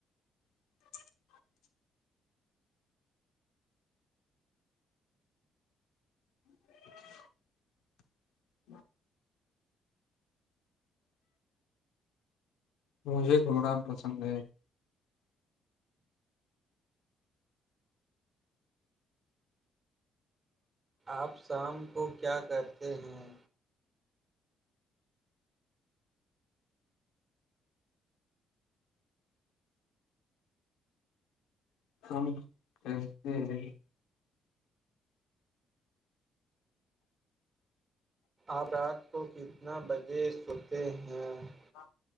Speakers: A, on the left; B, on the right.
A: <inaudible> <inaudible> مجھے گھوڑا پسند ہے <inaudible>
B: آپ شام کو کیا کرتے ہیں
A: ہاں ج ج <inaudible>
B: آپ رات کو کتنا بجے سوتے ہیں <inaudible>
A: ہاں